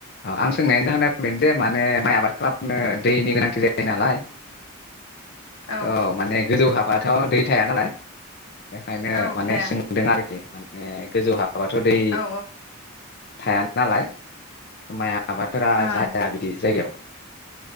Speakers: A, on the left; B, on the left.
A: अ आं सोंनायानो जाहा फैदों जे माने माइ आबाद खालामनो दैनि गोनांथि जायो नालाय
B: आरो
A: अ माने गोजौ हाब बाथ' दै थाया नालाय बेखायनो
B: औ
A: माने
B: थाया
A: सोंदों आरोखि मे गोजौ हाब हाबाथ' दै
B: औ
A: थाया नालाय माया आबादफोरा
B: ओं
A: जाया बिदि जायगायाव